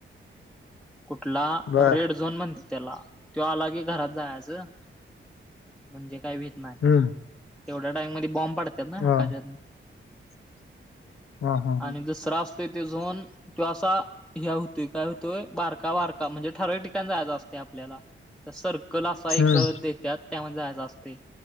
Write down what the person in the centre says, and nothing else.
कुठला
रेड झोन म्हण त्याला तो आला की घरात जायचं म्हणजे काय व्हीत नाही.
तेवढ्या टाइम मध्ये बॉम्ब पडतात ना
आकाशात.
आणि दुसरा असतोय तो झोन तो असा ह्या होतोय काय होतोय बारका वारका म्हणजे ठराव ठिकाण जायचं असते आपल्याला त्या सर्कल असा
एक देतात. त्यामध्ये जायच असते.